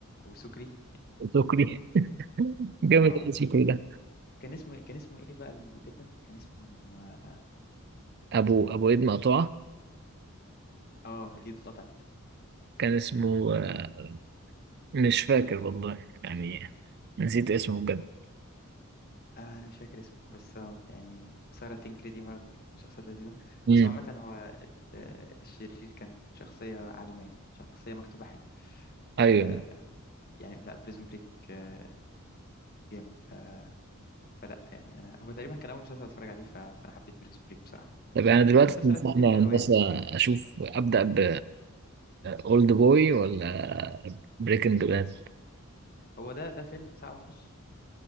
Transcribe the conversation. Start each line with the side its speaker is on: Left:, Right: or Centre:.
Left: وسكري
Right: سكري
Left: <laughs>
Right: جامد
Left: اه
Right: الاسم ده
Left: كان اسمه ايه كان اسمه ايه بقى الفيلن كان اسمه اه
Right: ابو ابو ايد مقطوعه
Left: آه، الايد اتقطعت
Right: كان اسمه آه، مش فاكر والله يعني نسيت اسمه بجد
Left: آه، انا مش فاكر اسمه بس اه يعني سارة تنكري دي برضه كانت من الشخصيات لذيذة
Right: امم
Left: بس هو عامة هو ال- آه، الشرير كان شخصية عالمية شخصية مكتوبة حلو
Right: ايوه
Left: آه يعني لا بريزون بريك آه جامد ف... فلا يعني انا هو تقريبا كان اول مسلسل اتفرج عليه ف... فانا حبيت بريزون بريك بصراحة
Right: طب انا دلوقتي
Left: في مسلسلات
Right: تنصحني
Left: كتير حلوة
Right: يا هندسه
Left: يعني
Right: اشوف ابدا ب اولد بوي ولا بريكنج باد
Left: هو ده ده فيلم ساعة ونص